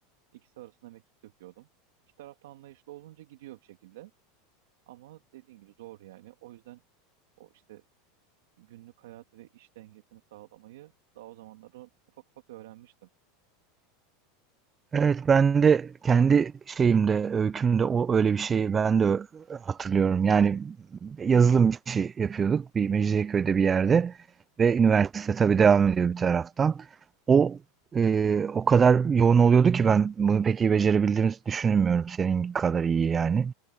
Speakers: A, on the right (about 80°); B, on the right (about 25°).
A: İkisi arasında mekik döküyordum. İki tarafta anlayışlı olunca gidiyor bir şekilde. Ama dediğin gibi zor yani. O yüzden o işte günlük hayatı ve iş dengesini sağlamayı daha o zamanlarda ufak ufak öğrenmiştim.
B: Evet ben de kendi şeyimde, öykümde o öyle bir şeyi ben de ö- hatırlıyorum. Yani yazılım işi yapıyorduk bir Mecidiyeköy'de bir yerde ve üniversite tabii devam ediyor bir taraftan. O e, o kadar yoğun oluyordu ki ben bunu pek iyi becerebildiğimizi düşünmüyorum senin kadar iyi yani.